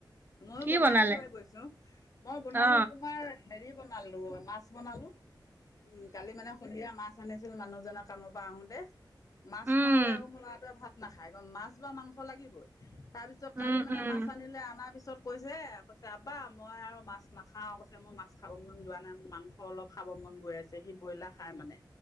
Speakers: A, on the left; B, on the right.
A: মইয়ো
B: কি
A: বনাই
B: বনালে?
A: থৈয়ে গৈছোঁ। মই বনালো
B: অ
A: তোমাৰ হেৰি বনালো মাছ বনালো। উম কালি মানে সন্ধিয়া মাছ আনিছিল মানুহজনৰ কামৰ পৰা আহো তে। মাছ
B: উম
A: নহলে আকৌ মোৰ লৰাটোৱে ভাত নাখায় মাছ বা মাংস লাগিবই। তাৰ পিছত
B: উম
A: কালি মানে
B: উম
A: মাছ আনিলে অনাৰ পিছত। কৈছে কৈছে আব্বা মই আৰু মাছ নাখাওঁ। কৈছে মই মাছ খাব মন যোৱা নাই মোৰ মাংস অলপ খাব মন। মন গৈ আছে সি ব্ৰইলাৰ খাই মানে